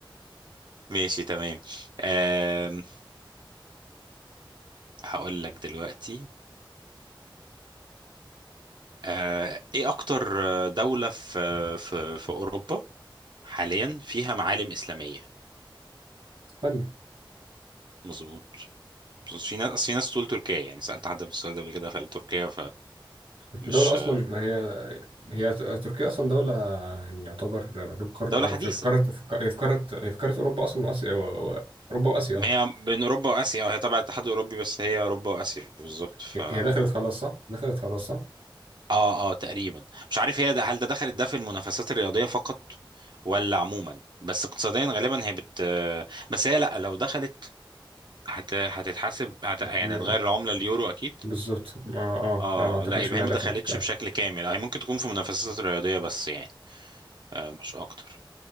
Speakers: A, on the right; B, on the right.
A: ماشي تمام أم هقول لك دلوقتي أه ايه اكتر آه، دولة في في في اوروبا حاليا فيها معالم اسلامية
B: اسبانيا
A: مظبوط مظبوط في ناس أصل في ناس تقول تركيا يعني سألت حد بالسؤال ده قبل كده فقال تركيا فمش
B: الدولة اصلا ما هي هي تركيا اصلا دولة يعني يعتبر بالقار-
A: دولة حديثة
B: في في قارة في قارة في قارة هي في قارة اوروبا اصلا واسيا و- و- اوروبا واسيا
A: ما هي بين اوروبا واسيا هي تبع الاتحاد الاوروبي بس هي اوروبا واسيا بالظبط ف
B: هي
A: اه
B: هي دخلت خلاص صح؟ دخلت خلاص صح؟
A: اه تقريبا مش عارف هي ده هل ده دخلت ده في المنافسات الرياضية فقط ولا عموما بس اقتصاديا غالبا هي بت بس هي لا لو دخلت هت... هتتحاسب هت... يعني
B: مم.
A: هتغير العملة اليورو أكيد
B: بالظبط ما اه
A: اه
B: فما اعتقدش
A: لا يبقى
B: انها
A: هي ما
B: دخلت
A: دخلتش
B: كده
A: بشكل كامل هي ممكن تكون في منافسات رياضية بس يعني آه مش أكتر